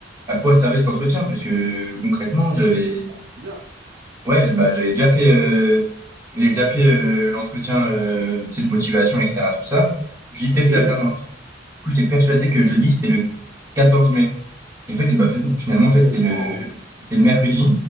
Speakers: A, on the right; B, on the right.
A: à quoi servait cet entretien, puisque euh, concrètement,
B: Ouais,
A: j'avais
B: c'est bizarre.
A: ouais, j'ai- bah, j'avais déjà fait, euh, j'ai déjà fait euh, l'entretien euh, tu sais, de motivation, etc. Tout ça. Je dis, peut-être
B: Ok.
A: c'est
B: Et
A: l'alternance. Du coup, j'étais persuadé que jeudi, c'était le 14 mai. Et en fait, eh ben, fin- finalement, en fait, c'était
B: non.
A: le, c'était le mercredi.